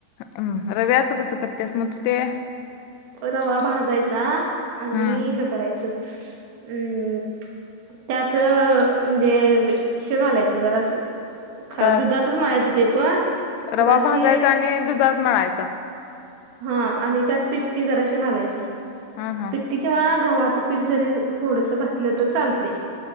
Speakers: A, on the left; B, on the right.
A: हम् रव्याचं कसं करतेस मग तू ते?
B: रवा भाजायचा आणि
A: हम्म
B: हे करायच. हम् त्यातअं म्हणजे श घालायचं जरासं. खा
A: काय
B: दुधातच मळायचं ते पण
A: रवा
B: जराशी
A: भाजायचा आणि दुधात मळायचा
B: हा आणि त्यात पिट्टी जराशी घालायची
A: हा हा
B: पिट्टी किंवा गव्हावाच पीठ जरी थोडस घातलं तर चालतंय